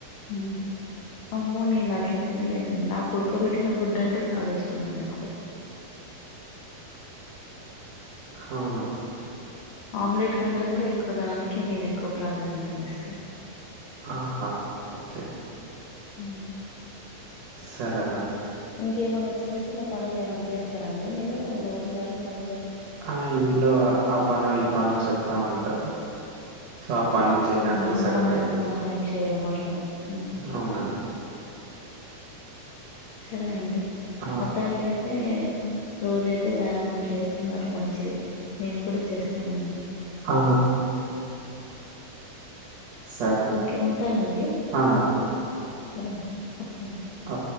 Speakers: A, on the left; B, on the right.
A: ఉమ్ అమ్మో నేను అట్లా తినలేను లేండి నాకు ఉడకబెట్టినా గుడ్డు అంటే చాలా ఇష్టం అండి అంతే
B: అవునా
A: ఆమ్లెట్ కంటే కూడా ఎక్కువ దానికే నేను ఎక్కువ ప్రాధాన్యతని ఇస్తా
B: ఆహా ఓకే
A: హ
B: సరే అండి <inaudible>
A: ఇంకేమన్నా చిన్న చిన్న పనులు ఏమన్నా చేస్తారా అండి మీరు రోజువారీ పనులు
B: ఆ ఇంట్లో ఆ పనో ఈ పనో చెప్తా ఉంటారు సో ఆ పనులు చేయడానికే
A: ఉమ్
B: సరిపోయది
A: అమ్మ నాన్నకు సహాయం చేయడం అట్లా ఉహు
B: అవునండి
A: సరే అండి
B: ఆ!
A: మొత్తానికి అయి అయితే రోజయితే వ్యాయామం చేస్తున్నారు మంచిది నేను కూడా చేస్తానండి
B: ఆ సరే.
A: ఓకే ఉంటానండి
B: ఆ!
A: సరే అండి ఓకే అండి
B: ఆ